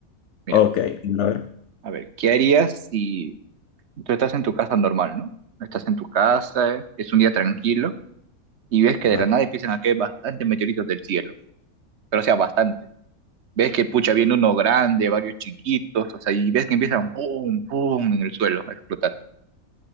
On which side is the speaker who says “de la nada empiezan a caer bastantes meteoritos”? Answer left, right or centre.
Right